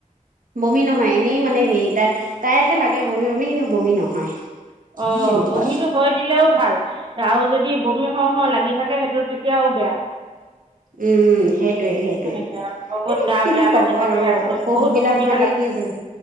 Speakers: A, on the right (about 85°); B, on the right (about 35°).
A: বমি নহয় এনেই মানে হেৰি তাই তাইহে লাগে বমি বমি কিন্তু বমি নহয়।
B: অ'
A: তেনেকুৱা
B: বমিটো হৈ দিলেও ভাল আৰু যদি বমি হও, হও লাগি থাকে সেইটোত। কিয়ও বেয়া।
A: উম সেইটয়ে সেইটয়ে
B: সেনেকে বহুত
A: এ
B: গা
A: কিনো
B: বেয়া
A: কব
B: লাগি থাকে
A: আৰু
B: একদম
A: অসুখ
B: বহুত
A: বিলাক
B: অসুবিধা
A: মানে।
B: লাগে
A: কি জানো